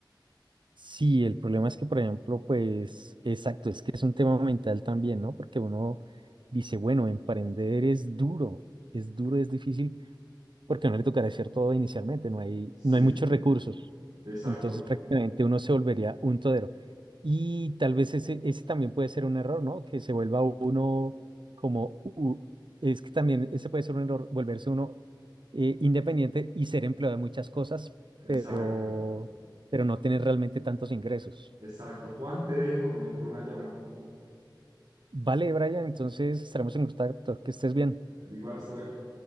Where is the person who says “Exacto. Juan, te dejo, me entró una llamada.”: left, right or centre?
Right